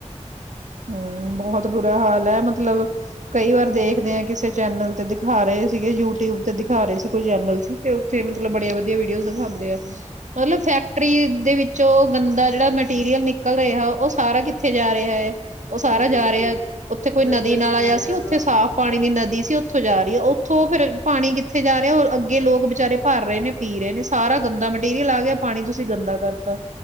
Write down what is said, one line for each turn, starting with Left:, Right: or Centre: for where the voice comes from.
Right: ਹਮ ਬਹੁਤ ਬੁਰਾ ਹਾਲ ਹੈ ਮਤਲਬ ਕਈ ਵਾਰ ਦੇਖਦੇ ਆ ਕਿਸੇ ਚੈਨਲ ਤੇ ਦਿਖਾ ਰਹੇ ਸੀਗੇ ਯੂਟਿਊਬ ਤੇ ਦਿਖਾ ਰਹੇ ਸੀ ਕੋਈ ਚੈਨਲ ਸੀ ਤੇ ਉੱਥੇ ਮਤਲਬ ਬੜੀਆਂ ਵਧੀਆ ਵੀਡੀਓ ਦਿਖਾਉਂਦੇ ਆ ਮਤਲਬ ਫੈਕਟਰੀ ਦੇ ਵਿੱਚੋ ਗੰਦਾ ਜਿਹੜਾ ਮਟੀਰੀਅਲ ਨਿਕਲ ਰਿਹਾ ਉਹ ਸਾਰਾ ਕਿੱਥੇ ਜਾ ਰਿਹਾ ਹੈ। ਉਹ ਸਾਰਾ
Left: ਬਿਲਕੁਲ
Right: ਜਾ ਰਿਹਾ
Left: ਬਿਲਕੁਲ
Right: ਉੱਥੇ ਕੋਈ
Left: ਨਦੀਆਂ
Right: ਨਦੀ ਨਾਲ
Left: 'ਚ ਹੀ ਜਾ
Right: ਆਇਆ
Left: ਰਿਹਾ
Right: ਸੀ
Left: ਸਭ
Right: ਉੱਥੇ ਸਾਫ਼ ਪਾਣੀ ਦੀ ਨਦੀ ਸੀ ਉੱਥੋਂ ਜਾ ਰਹੀ ਹੈ। ਉੱਥੋਂ ਫੇਿਰ ਪਾਣੀ ਕਿੱਥੇ ਜਾ ਰਿਹਾ ਅੱਗੇ ਲੋਕ ਵਿਚਾਰੇ ਭਰ ਰਹੇ ਨੇ ਪੀ ਰਹੇ ਨੇ ਸਾਰਾ ਗੰਦਾ ਮਟੀਰੀਅਲ ਆ ਗਿਆ ਪਾਣੀ ਤੁਸੀਂ ਗੰਦਾ ਕਰਤਾ।